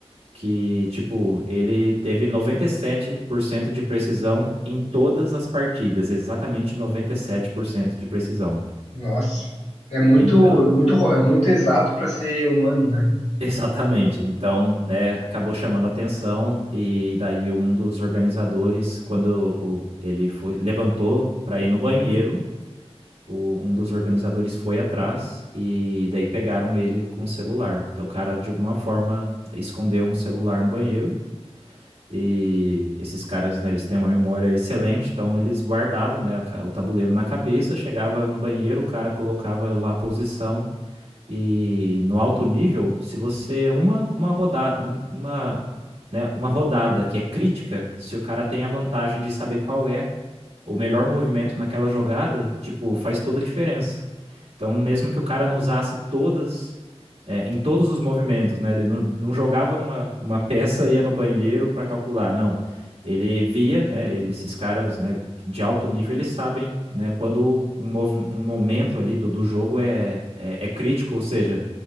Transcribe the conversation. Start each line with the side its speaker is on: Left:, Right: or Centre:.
Right: que, tipo, ele teve 97% de precisão em todas as partidas, exatamente 97% de precisão.
Left: Nossa, é muito,
Right: Então.
Left: muito, ro- é muito exato para ser humano, né?
Right: Exatamente. Então, né, acabou chamando a atenção e daí um dos organizadores, quando o- ele foi, levantou para ir no banheiro, o- um dos organizadores foi atrás e daí pegaram ele com o celular. Então, o cara, de alguma forma, escondeu um celular no banheiro e esses caras, né, eles têm uma memória excelente, então eles guardavam, né, a ca- o tabuleiro na cabeça, chegava no banheiro, o cara colocava lá a posição e no alto nível, se você uma uma rodada, um- uma, né, uma rodada que é crítica, se o cara tem a vantagem de saber qual é o melhor movimento naquela jogada, tipo, faz toda a diferença. Então, mesmo que o cara não usasse todas, é, em todos os movimentos, né? Ele não, não jogava uma, uma peça, ia no banheiro para calcular, não. Ele via, né? ele- esses caras, né, de alto nível, eles sabem, né, quando um, movi- um momento ali do, do jogo é, é, é crítico, ou seja,